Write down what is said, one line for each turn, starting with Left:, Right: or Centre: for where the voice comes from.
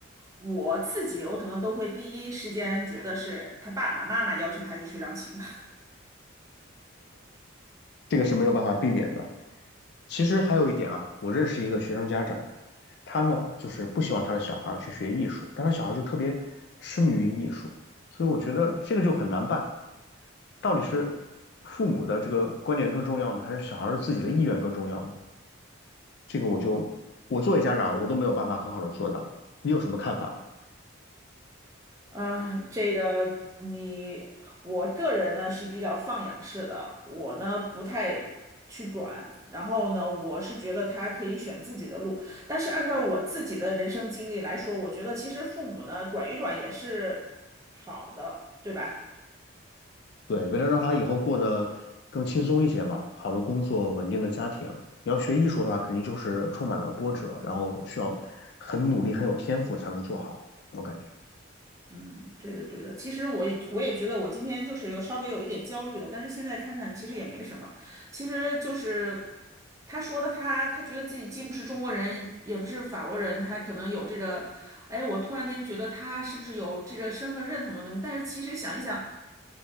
Right: 我自己我可能都会第一时间觉得是他爸爸妈妈要求他去学钢琴，的。
Left: 这个是没有办法避免的。其实还有一点啊，我认识一个学生家长，他呢就是不希望他的小孩儿去学艺术，但他小孩儿就特别痴迷于艺术，所以我觉得这个就很难办。到底是父母的这个观点更重要呢，还是小孩儿自己的意愿更重要呢？这个我就我作为家长，我都没有办法很好的做到。你有什么看法吗？
Right: 嗯，这个你，我个人呢是比较放养式的，我呢不太去管。然后呢，我是觉得他可以选自己的路，但是按照我自己的人生经历来说，我觉得其实父母呢管一管也是好的，对吧？
Left: 对，为了让他以后过得更轻松一些嘛，好的工作，稳定的家庭。你要学艺术的话，肯定就是充满了波折，然后需要很努力、很有天赋才能做好。我感觉，
Right: 嗯，对的，对的。其实我也我也觉得我今天就是有稍微有一点焦虑了，但是现在看看其实也没什么。其实就是他说的他，他觉得自己既不是中国人，也不是法国人，他可能有这个，哎，我突然间觉得他是不是有这个身份认同的问题？但是其实想一想，